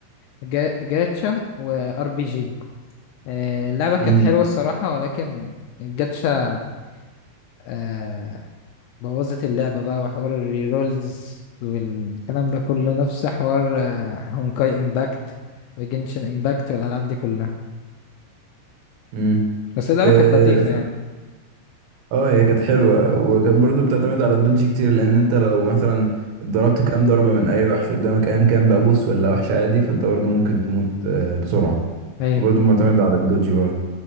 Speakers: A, on the left; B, on the right.
A: جا... جاتشا وار بي جي آه، اللعبة كانت
B: مم.
A: حلوة الصراحة ولكن الجاتشا آه بوظت اللعبة بقى وحوار الريرولز والكلام ده كله نفس حوار آه، هونكاي امباكت وجنشن امباكت والألعاب دي كلها
B: مم.
A: بس اللعبة
B: اه
A: كانت لطيفة
B: ف-
A: يعني
B: آه، هي كانت حلوة وكانت برضو بتعتمد على الدوج كتير لان انت لو مثلا ضربت كام ضربة من اي وحش قدامك ايا كان بقى بوس ولا وحش عادي فانت برضو ممكن تموت آه، بسرعة
A: ايوه
B: فبرضو معتمد على الدوج برضو